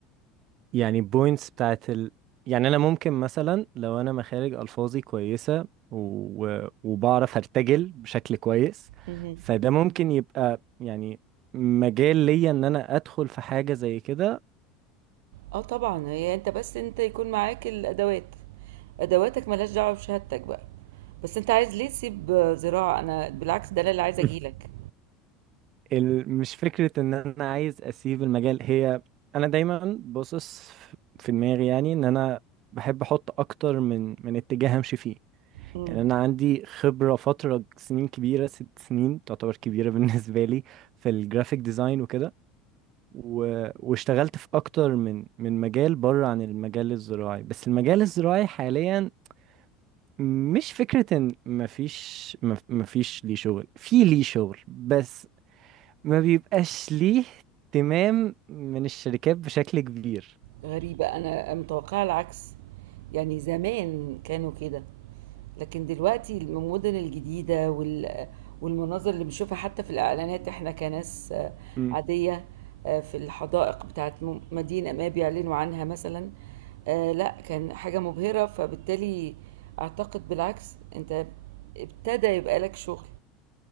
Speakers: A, on the right; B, on the right.
A: يعني بوينتس بتاعت ال... يعني انا ممكن مثلا لو انا مخارج الفاظي كويسه و... وبعرف ارتجل بشكل كويس
B: اهم.
A: فده ممكن يبقى يعني مجال ليا ان انا ادخل في حاجه زي كده
B: آه طبعًا، هي أنت بس أنت يكون معاك الأدوات، أدواتك ما لهاش دعوة بشهادتك بقى، بس أنت عايز ليه تسيب زراعة؟ أنا بالعكس ده أنا اللي عايزة
A: <laughs>
B: أجي لك.
A: ال... مش فكره ان انا عايز اسيب المجال هي انا دايما باصص في في دماغي يعني ان انا بحب احط اكتر من من اتجاه امشي فيه
B: إمم،
A: يعني أنا عندي خبرة فترة سنين كبيرة ست سنين تعتبر كبيرة <laughs> بالنسبة لي في الجرافيك ديزاين وكده و... واشتغلت في أكتر من من مجال بره عن المجال الزراعي بس المجال الزراعي حاليا مش فكرة إن مفيش مف... مفيش ليه شغل في ليه شغل بس ما بيبقاش ليه اهتمام من الشركات بشكل كبير
B: غريبة أنا متوقعة العكس، يعني زمان كانوا كده. لكن دلوقتي المدن الجديدة وال والمناظر اللي بنشوفها حتى في الإعلانات إحنا كناس آه،
A: م-
B: عادية آه، في الحدائق بتاعة م- مدينة ما بيعلنوا عنها مثلا آه، لا كان حاجة مبهرة فبالتالي أعتقد بالعكس أنت ابتدى يبقى لك شغل